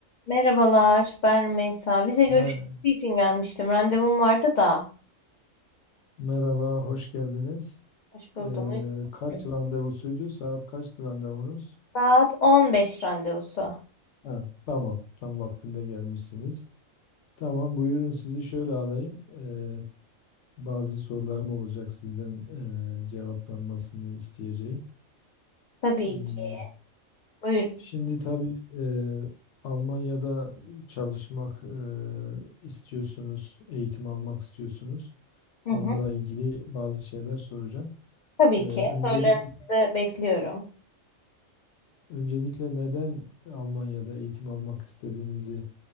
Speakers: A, on the left; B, on the left.
A: Merhabalar, ben Rümeysa. Vize
B: Me-
A: görüşmesi için gelmiştim. Randevum vardı da.
B: Merhaba, hoş geldiniz.
A: Hoş buldum.
B: Ee,
A: Uygun musunuz?
B: kaç randevusuydu? Saat kaçtı randevunuz?
A: Saat 15 randevusu.
B: Ha, tamam, tam vaktinde gelmişsiniz. Tamam, buyurun sizi şöyle alayım. Ee, bazı sorularım olacak sizden ee, cevaplanmasını isteyeceğim.
A: Tabii
B: Hmm,
A: ki. Buyurun.
B: Şimdi tabii ee, Almanya'da çalışmak ee, istiyorsunuz, eğitim almak istiyorsunuz.
A: Hı
B: Onunla
A: hı.
B: ilgili bazı şeyler soracağım.
A: Tabii
B: Ee, Öncelikle
A: ki. Sorularınızı bekliyorum.
B: Öncelikle neden Almanya'da eğitim almak istediğinizi